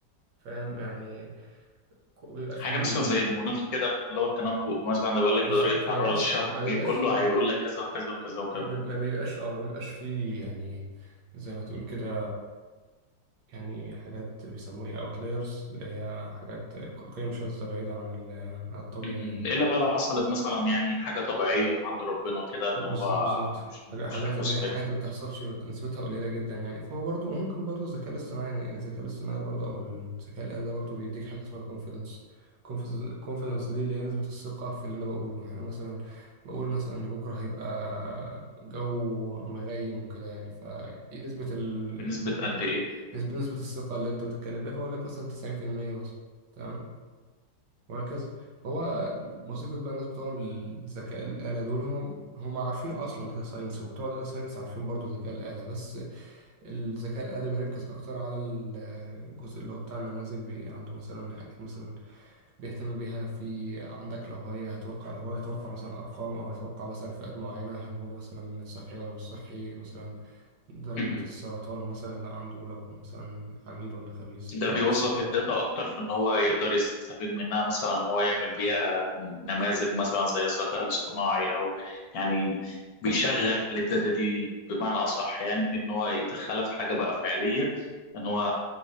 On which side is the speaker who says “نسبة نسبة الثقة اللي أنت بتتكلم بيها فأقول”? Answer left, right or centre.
Right